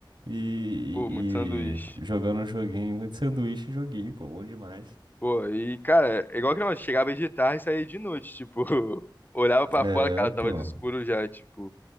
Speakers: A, on the right; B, on the left.
A: E,
B: Pô,
A: e,
B: muito sanduíche.
A: e jogando um joguinho, muito sanduíche e joguinho, pô, bom demais.
B: Pô, e, cara, é igual que nós chegava aí de tarde e saía de noite, tipo, <laughs> olhava pra fora,
A: É,
B: cara, tava
A: pô.
B: de escuro já, tipo.